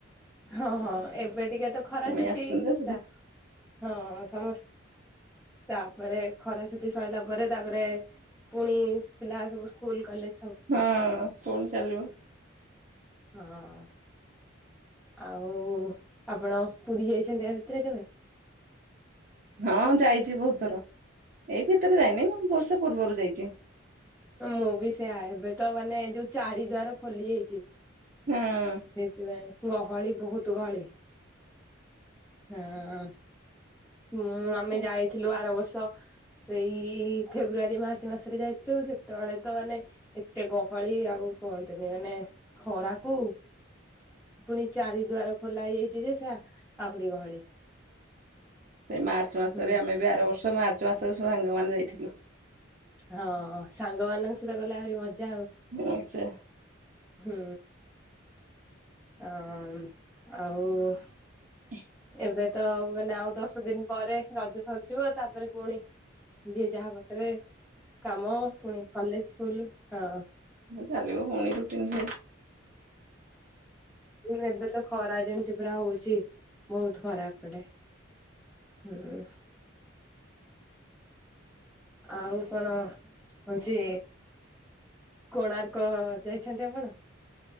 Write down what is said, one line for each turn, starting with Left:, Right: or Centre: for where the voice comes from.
Centre: ହଁ ହଁ ଏବେ ଟିକେ ତ ଖରା
Right: ପୁଣି
Centre: ଛୁଟି
Right: ଆସିଛନ୍ତି ତ
Centre: ଟା
Right: ସେଟା
Centre: ହଁ ସମ ତାପରେ ଖରା ଛୁଟି ସଇଲା ପରେ ତାପରେ ପୁଣି ପିଲା ସବୁ ସ୍କୁଲ କଲେ
Right: ହଁ ପୁଣି ଚାଲିବ।
Centre: ହଁ। ଆଉ ଆପଣ ପୁରୀ ଯାଇଚନ୍ତି ଆ ଭିତରେ କେବେ?
Right: ହଁ ଯାଇଛି ବହୁତ୍ ଥର ଏଇ ଭିତରେ ଯାଇନି ମୁଁ ବର୍ଷେ ପୂର୍ବରୁ ଯାଇଚି।
Centre: ମୁଁ ବି ସେୟା ଏବେ ତ ମାନେ ଯୋଉ ଚାରି ଦ୍ୱାର ଖୋଲି ଯାଇଚି
Right: ହଁ।
Centre: ସେଇଥିପାଇଁ ଗହଳି ବହୁତ୍ ଗଳି। ହଁ ମୁଁ ଆମେ
Right: ହୁଁ
Centre: ଯାଇଥିଲୁ ଆର ବର୍ଷ ସେଇ ଫେବୃଆରୀ ମାର୍ଚ୍ଚ ମାସରେ ଯାଇଥିଲୁ ସେତବେଳେ ତ ନେ ଏତେ ଗହଳି ଆଉ କୁହନ୍ତୁନି ମାନେ ଖରାକୁ ପୁଣି ଚାରି ଦୁଆର ଖୋଲା ହେଇଯାଇଚି ଯେ ସେ ଆହୁରି ଗହଳି।
Right: ସେ ମାର୍ଚ୍ଚ ମାସରେ
Centre: ହୁଁ
Right: ଆମେ ବି ଆର ବର୍ଷ ମାର୍ଚ୍ଚ ମାସରେ ସବୁ ଆଙ୍ଗ ମାନେ ଯାଇଥିଲୁ।
Centre: ହଁ ସାଙ୍ଗମାନଙ୍କ ସହିତ ଗଲେ ଆହୁରି ମଜା ଆଉ।
Right: ଆଚ୍ଛା
Centre: ହୁଁ ଅ ଆଉ
Right: <unintelligible>
Centre: ଏବେ ତ ଆଉ ମାନେ ଆଉ ଦଶଦିନ ପରେ ରଜ ସରିଯିବ ତାପରେ ପୁଣି ଯିଏ ଯାହା ବାଟରେ କାମ ପୁଣି କଲେଜ୍ ସ୍କୁଲ୍ ହଁ।
Right: ଚାଲିବ ପୁଣି ରୁଟିନ୍ ଭାଇ।
Centre: ଉଁ ଏବେ ତ ଖରା ଯେମ୍ ତି ପୁରା ହଉଚି ବହୁତ ଖରା ଏପଟେ। ହୁଁ। ଆଉ କଣ? ହଉଚି କୋଣାର୍କ ଯାଇଛନ୍ତି ଆପଣ?